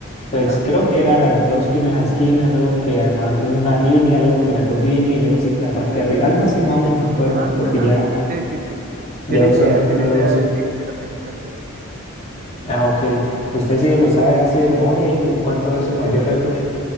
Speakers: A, on the left (about 30°); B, on the right (about 40°).
A: Entonces
B: Ajá.
A: creo que era las dos primeras esquinas, luego que armar una línea, luego que las dos líneas y luego sí que la parte de arriba. Algo así más o menos me acuerdo,
B: Ajá,
A: porque
B: ajá.
A: ya,
B: Sí, sí, sí.
A: ya
B: Tiene
A: usualmente
B: idea, tiene
A: no lo
B: idea
A: uso.
B: de, de lo que es el método.
A: Ah, ok. ¿Usted sí lo sabe así de memoria y cuánto es su mayor récord?